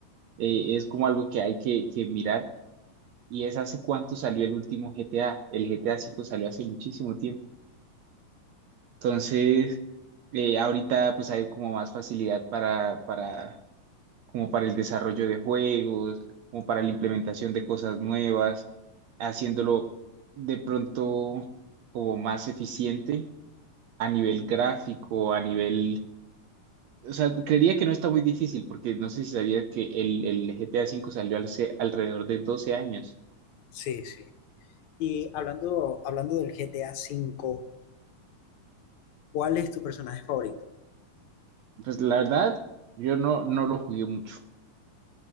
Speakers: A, on the right (about 70°); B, on the left (about 70°).
A: eh, es como algo que hay que, que mirar. Y es hace cuánto salió el último GTA. El GTA V salió hace muchísimo tiempo. Entonces, eh, ahorita pues hay como más facilidad para, para, como para el desarrollo de juegos, como para la implementación de cosas nuevas, haciéndolo de pronto como más eficiente a nivel gráfico, a nivel... O sea, creería que no está muy difícil porque no sé si sabías que el, el GTA V salió hace alrededor de 12 años.
B: Sí, sí. Y hablando, hablando del GTA 5, ¿cuál es tu personaje favorito?
A: Pues la verdad, yo no, no lo jugué mucho.